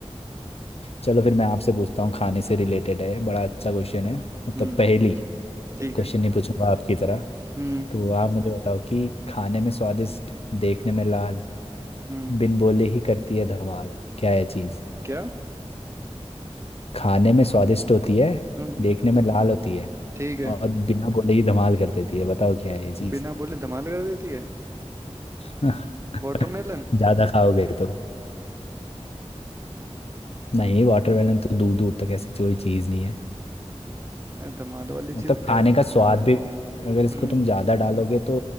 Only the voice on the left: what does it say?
चलो फिर मैं आपसे पूछता हूँ खाने से रिलेटेड है बड़ा अच्छा क्वेश्चन है मतलब
पहेली
क्वेश्चन
नहीं पूछूंगा आपकी तरह
तो आप मुझे बताओ कि खाने में स्वादिष्ट देखने में लाल
बिन बोले ही करती है धमाल क्या है चीज?
खाने में स्वादिष्ट होती है
देखने में लाल होती है
और बिना बोले ही धमाल कर देती है बताओ क्या है ये चीज
<laughs>
ज्यादा खाओगे तो नहीं वाटरमेलन तो दूर दूर तक ऐसी कोई चीज नहीं है
मतलब
खाने
का स्वाद भी अगर इसको
तुम ज्यादा डालोगे तो